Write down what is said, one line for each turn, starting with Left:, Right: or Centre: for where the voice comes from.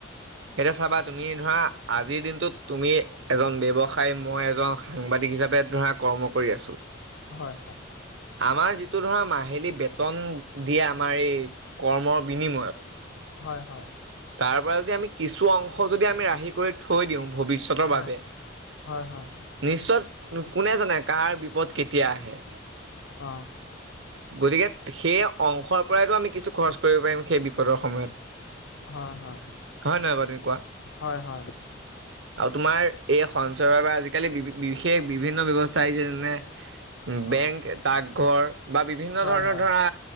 Right: এতিয়া চাবা তুমি ধৰা আজিৰ দিনটোত তুমি এজন ব্যৱসায়, মই এজন সাংবাদিক হিচাপে ধৰা কৰ্ম কৰি আছো।
Left: হয় হয়।
Right: আমাৰ যিটো ধৰা মাহিলী বেতন দিয়ে, আমাৰ এই কৰ্মৰ বিনিময়ত।
Left: হয় হয়।
Right: তাৰ পৰা যদি আমি কিছু অংশ যদি আমি ৰাহি কৰি থৈ দিওঁ ভৱিষ্যতৰ
Left: হয়,
Right: বাবে।
Left: হয় হয়।
Right: নিশ্চয়! কোনে জানে কাৰ বিপদ কেতিয়া আহে?
Left: অ',
Right: গতিকে, সেই অংশৰ পৰাইটো আমি কিছু খৰচ কৰিব পাৰিম সেই বিপদৰ সময়ত।
Left: হয় হয়।
Right: হয় নহয় বাৰু তুমি কোৱা?
Left: হয়, হয়,
Right: আৰু তোমাৰ এই সঞ্চয়ৰ পৰা আজিকালি বি বিশেষ বিভিন্ন ব্যৱস্থা আহিছে। যেনে বেংক,
Left: অ',
Right: ডাকঘৰ বা বিভিন্ন
Left: হয়,
Right: ধৰণৰ
Left: হয়,
Right: ধৰা